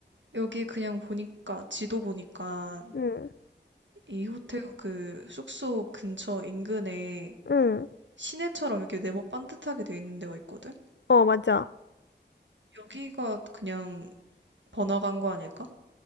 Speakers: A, on the right; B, on the left.
A: 여기 그냥 보니까, 지도 보니까,
B: 응,
A: 이 호텔 그 숙소 근처 인근에
B: 응.
A: 시내처럼 이렇게 네모 반듯하게 돼 있는 데가 있거든?
B: 어, 맞아.
A: 여기가 그냥 번화가인 거 아닐까?